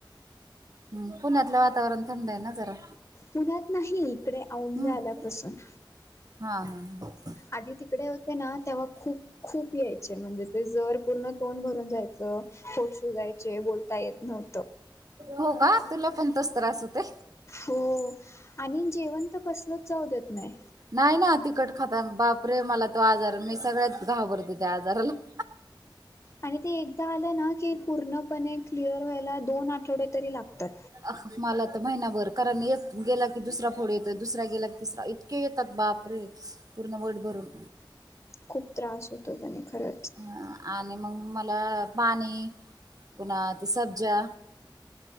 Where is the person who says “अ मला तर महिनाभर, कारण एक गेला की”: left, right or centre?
Right